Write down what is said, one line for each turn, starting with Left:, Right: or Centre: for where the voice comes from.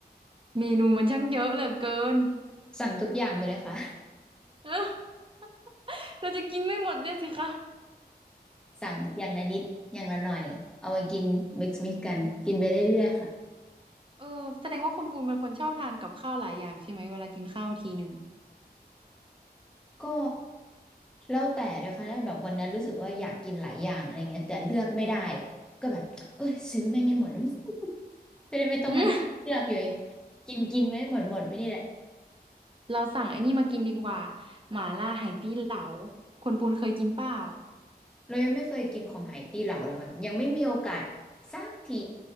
Right: เมนูมันช่างเยอะเหลือเกิน
Centre: สั่งทุกอย่างไปเลยค่ะ
Right: <laughs> เออเราจะกินไม่หมดเนี่ยสิคะ
Centre: <laughs> สั่งอย่างละนิดอย่างละหน่อยเอามากิน mix mix กันกินไปเรื่อยๆค่ะ
Right: <laughs> เออแสดงว่าคุณปูนเป็นคนชอบทานกับข้าวหลายอย่างใช่ไหมเวลากินข้าวทีหนึ่ง
Centre: ก็แล้วแต่เลยค่ะถ้าแบบวันนั้นรู้สึกว่าอยากกินหลายอย่างอะไรเงี้ยแต่เลือกไม่ได้ก็แบบเอ้ยซื้อแม่งให้หมด <laughs> จะได้ไม่ต้องมันเลือกอยู่ไอ้
Right: <laughs> อืม
Centre: กินกินไม่หหมดหมดไปนี่แหละ
Right: เราสั่งไอ้นี่มากินดีกว่าหม่าล่าไหตี้เหลาคุณปูนเคยกินเปล่า
Centre: เรายังไม่เคยกินของไหตี้เหลาเลยค่ะยังไม่มีโอกาสสักที